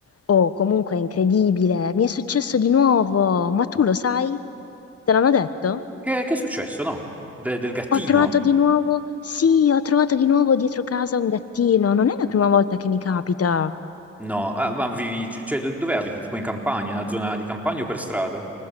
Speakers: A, on the left; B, in the centre.
A: Oh, comunque è incredibile, mi è successo di nuovo, ma tu lo sai? Te l'hanno detto?
B: Eh, che è successo, no? De- del gattino?
A: Ho trovato di nuovo, sì, ho trovato di nuovo dietro casa un gattino, non è la prima volta che mi capita.
B: No, Ah, ma vivi, cioè, do- dove abiti? Tipo in campagna, in una zona di campagna o per strada?